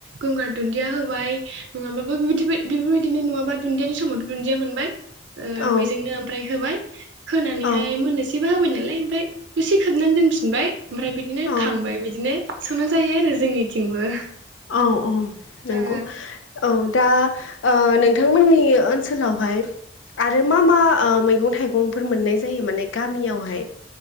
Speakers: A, on the right (about 70°); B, on the left (about 75°).
A: गंगार दुन्दिया हो बाय नङाबाबो बेफोबादि बेफोरबायदिनो नङाबा दुन्दियानि समाव दुन्दिया मोनबाय ओ
B: औ
A: बेजोंनो ओमफ्राय होबाय होनानैहाय
B: औ
A: मोननोसैबा होबाय नालाय ओमफ्राय दुसे खोबनानै दोनफिनबाय ओमफ्राय बिदिनो
B: औ
A: खांबाय बिदिनो संना जायो आरो जोंनिथिंबो।
B: औ औ नंगौ।
A: ओ
B: औ दा ओ नोंथांमोननि ओनसोलावहाय आरो मा मा ओ मैगं-थाइगंफोर मोननाय जायो माने गामियावहाय?